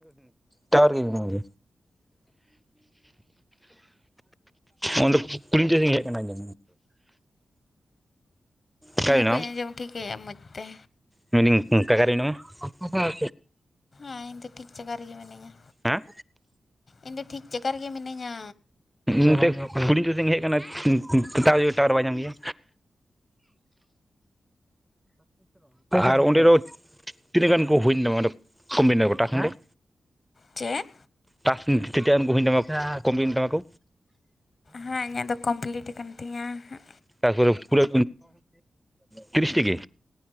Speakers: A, in the centre; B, on the left.
A: ᱴᱟᱦᱟᱨ <unintelligible> <unintelligible> ᱩᱱᱟ ᱫᱚ ᱠᱩᱞᱦᱤ ᱢᱩᱪᱟᱸᱫᱽ ᱥᱮᱫ ᱤᱧ ᱦᱮᱡᱽ ᱟᱠᱟᱱᱟ <unintelligible> ᱚᱠᱟᱭᱮᱱᱟᱢ
B: ᱤᱧ ᱦᱚᱸ ᱵᱟᱹᱧ ᱟᱸᱡᱚᱢ ᱴᱷᱤᱠᱟᱹᱭᱟ ᱢᱚᱡᱽ ᱛᱮ
A: ᱢᱮᱱᱟᱧ <unintelligible> ᱨᱮ ᱢᱤᱱᱟᱢᱟ᱾
B: ᱦᱮᱸ ᱤᱧ ᱫᱚ ᱴᱷᱤᱠ ᱡᱟᱭᱜᱟ ᱨᱮᱜᱮ ᱢᱤᱱᱟᱹᱧᱟ᱾
A: ᱦᱮᱸ
B: ᱤᱧ ᱫᱚ ᱴᱷᱤᱠ ᱡᱟᱜᱟ ᱨᱮᱜᱮ ᱢᱤᱱᱟᱹᱧᱟ᱾
A: ᱱᱚᱛᱮ ᱠᱩᱞᱦᱤ ᱢᱩᱪᱟᱹᱫ ᱥᱮᱫ ᱦᱮᱡᱽ ᱟᱠᱟᱱᱟ <unintelligible> ᱴᱟᱣᱟᱨ ᱵᱟᱭ ᱧᱟᱢ ᱜᱮᱭᱟ᱾ ᱟᱨ ᱚᱸᱰᱮ ᱫᱚ ᱛᱤᱱᱟᱹᱜ ᱜᱟᱱ ᱠᱚ ᱦᱩᱭᱱᱟ ᱚᱸᱰᱮ ᱠᱚᱢᱱᱟ ᱜᱚᱴᱴᱟ ᱴᱟᱥᱠ
B: ᱪᱮᱫ
A: ᱴᱟᱥ ᱛᱮ ᱛᱮᱫ ᱮᱱ ᱦᱩᱭ ᱮᱱ ᱛᱟᱢᱟ ᱠᱚ ᱠᱚᱢ ᱮᱱ ᱛᱟᱢᱟ ᱠᱚ
B: ᱦᱮᱸ ᱤᱧᱟᱜ ᱫᱚ ᱠᱚᱢᱯᱞᱤᱴ ᱟᱠᱟᱱ ᱛᱤᱧᱟ ᱦᱟᱸᱜ
A: ᱛᱟᱯᱚᱨ ᱯᱩᱨᱟᱹ ᱛᱤᱨᱤᱥᱴᱤ ᱜᱮ